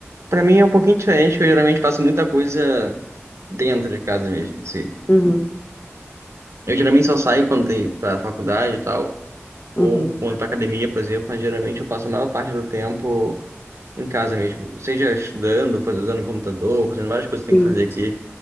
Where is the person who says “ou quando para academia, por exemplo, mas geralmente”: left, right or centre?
Right